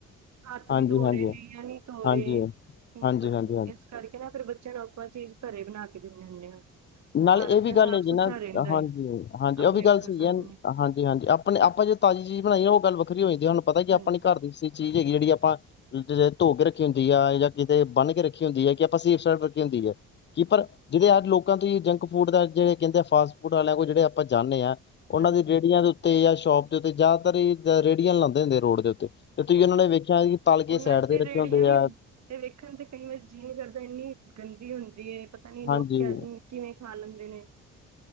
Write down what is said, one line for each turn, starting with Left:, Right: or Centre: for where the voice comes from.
Right: ਰਹੇ ਵੀ
Left: ਹਾਂਜੀ
Right: ਧੋ
Left: ਹਾਂਜੀ
Right: ਰਹੇ ਨੇ ਜਾਂ ਨਹੀਂ ਧੋ ਰਹੇ
Left: ਹਾਂਜੀ
Right: ਮਤਲਬ
Left: ਹਾਂਜੀ ਹਾਂਜੀ ਹਾਂਜੀ
Right: ਇਸ। ਕਰਕੇ ਨਾ ਫਿਰ ਬੱਚਿਆਂ ਨੂੰ ਆਪਾਂ ਚੀਜ਼ ਘਰੇ ਬਣਾ ਕੇ ਦਿੰਦੇ ਹੁੰਦੇ ਹਾਂ।
Left: ਨਾਲ
Right: ਘਰ
Left: ਇਹ
Right: ਆਪਣਾ
Left: ਵੀ ਗੱਲ
Right: ਸਾਫ਼
Left: ਹੇਗੀ
Right: ਸੁਥਰਾ
Left: ਨਾ
Right: ਰਹਿੰਦਾ ਹੈ
Left: ਹਾਂਜੀ, ਹਾਂਜੀ
Right: ਆਪਣੇ
Left: ਉਹ ਵੀ
Right: ਅੱਖਾਂ
Left: ਗੱਲ ਸਈ
Right: ਸਾਹਮਣੇ
Left: ਏ ਹਾਂਜੀ-ਹਾਂਜੀ। ਆਪਣੇ ਆਪਾਂ ਜੇ ਤਾਜ਼ੀ ਚੀਜ਼ ਬਣਾਈਏ ਉਹ ਗੱਲ ਵੱਖਰੀ ਹੋ ਜਾਂਦੀ ਹੈ ਤੁਾਨੂੰ ਪਤਾ ਕਿ
Right: ਹਾਂਜੀ,
Left: ਆਪ ਘਰ ਦੀ ਚੀਜ਼ ਹੈਗੀ ਜਿਹੜੀ ਆਪਾਂ। ਜ ਧੋ ਕੇ ਰੱਖੀ ਹੁੰਦੀ ਆ, ਜਾਂ ਕਿਤੇ ਬੰਨ ਕੇ ਰੱਖੀ ਹੁੰਦੀ ਆ, ਕਿ ਆਪਾਂ ਸੀਫ ਸਾਈਡ ਰੱਖੀ ਹੁੰਦੀ ਆ। ਕੀ ਪਰ ਜਿਹੜੇ ਅੱਜ ਲੋਕ ਲੋਕਾਂ ਜੰਕ ਫੂਡ ਦਾ ਜੇੜੇ ਕਹਿੰਦੇ ਆ ਫਾਸਟ ਫੂਡ ਆਲਿਆਂ ਕੋ ਜੇੜੇ ਆਪਾਂ ਜਾਂਨੇ ਆਂ ਉਹਨਾਂ
Right: ਹਾਂਜੀ,
Left: ਦੀ ਰੇਹੜੀਆਂ ਦੇ ਤੇ ਆ ਸ਼ੋਪ ਦੇ ਉੱਤੇ ਜ਼ਿਆਦਾਤਰ ਰੇੜੀਆਂ ਲਾਂਦੇ ਹੁੰਦੇ ਆ ਰੋਡ ਦੇ ਉੱਤੇ। ਤੇ ਤੁਸੀਂ
Right: ਹਾਂਜੀ।
Left: ਉਹਨਾਂ ਨੇ ਵੇਖਿਆ ਕਿ ਤਲ
Right: ਉਹਨਾਂ
Left: ਕੇ ਸਾਈਡ
Right: ਤੇ
Left: ਦੇ ਰੱਖੇ
Right: ਰੇਹੜੀਆਂ
Left: ਹੁੰਦੇ
Right: ਵੀ
Left: ਆ।
Right: ਤੇ ਵੇਖਣ ਤੇ ਕਈ ਵਾਰੀ ਜੀਅ ਨੀ ਕਰਦਾ ਇੰਨੀ ਗੰਦੀ ਹੁੰਦੀ ਏ ਪਤਾ ਨੀ ਲੋਕ
Left: ਹਾਂਜੀ
Right: ਕ ਕਿਵੇਂ ਖਾ ਲੈਂਦੇ ਨੇ